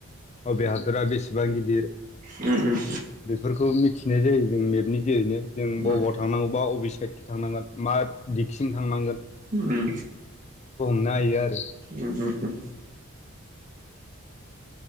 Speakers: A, on the left; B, on the right.
A: अबे हादरा बेसेबां गिदिर,
B: ओम ओम।
A: बेफोरखौ मिथिनाय जायो जों मेपनि जेरैनो जों बबेबा
B: उम
A: थांनांगौबा अबे साइदखि थांनांगोन मा दिगसिं थांनांगोन।
B: उम
A: <unintelligible>
B: उम उम उम